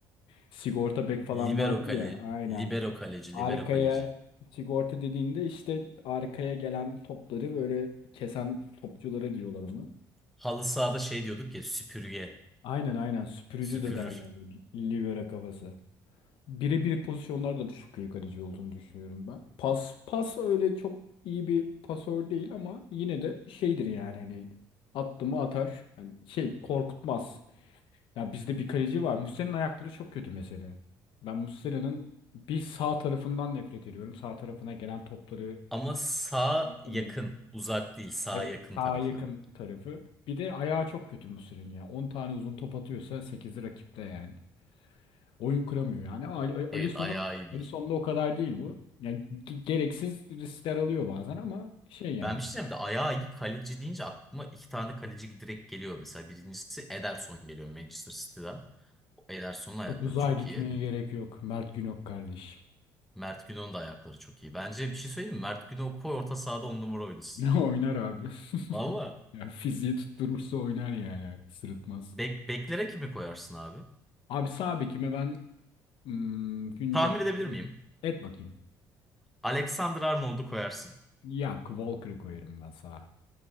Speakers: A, on the left; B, in the centre.
A: Sigorta bek falan
B: Libero
A: vardır
B: kale,
A: ya aynen.
B: libero kaleci,
A: Arkaya
B: libero kaleci.
A: sigorta dediğinde işte arkaya gelen topları böyle kesen topçuları diyorlar ona.
B: Halı sahada şey diyorduk ya süpürge,
A: Aynen aynen süpürücü
B: süpürür.
A: de derler. Livera kafası. Birebir pozisyonlarda da çok iyi kaleci olduğunu düşünüyorum ben. Pas pas öyle çok iyi bir pasör değil ama yine de şeydir yani hani attı mı atar. Hani şey korkutmaz. Ya bizde bir kaleci var. Muslera'nın ayakları çok kötü mesela. Ben Muslera'nın bir sağ tarafından nefret ediyorum. Sağ tarafına gelen topları
B: Ama sağ
A: Bakın,
B: yakın, uzak değil, sağ
A: Evet.
B: yakın
A: sağa
B: tarafı.
A: yakın tarafı. Bir de ayağı çok kötü Muslera'nın ya. 10 tane uzun top atıyorsa 8'i rakipte yani. Oyun kıramıyor yani. Ali-
B: Evet
A: Alisson'un
B: ayağı iyi değil.
A: Alisson'da o kadar değil bu. Yani ge- gereksiz riskler alıyor bazen ama şey yani.
B: Ben bir şey diyeceğim de ayağı iyi kaleci deyince aklıma iki tane kaleci direkt geliyor. Mesela birincisi Ederson geliyor Manchester City'den. O Ederson'un ayakları
A: Çok uzağa
B: çok
A: gitmeye
B: iyi.
A: gerek yok. Mert Günok kardeşim.
B: Mert Günok'un da ayakları çok iyi. Bence bir şey söyleyeyim mi? Mert Günok'u koy orta sahada on numara
A: <laughs>
B: oynasın.
A: Ne oynar abi? <laughs>
B: Valla.
A: Ya fiziği tutturursa oynar yani. Sırıtmaz.
B: Bek, beklere kimi koyarsın abi?
A: Abi sağ bekime ben hmm, güncel
B: Tahmin edebilir miyim?
A: et bakayım.
B: Alexander Arnold'u koyarsın.
A: Ya Walker'ı koyarım ben sağa.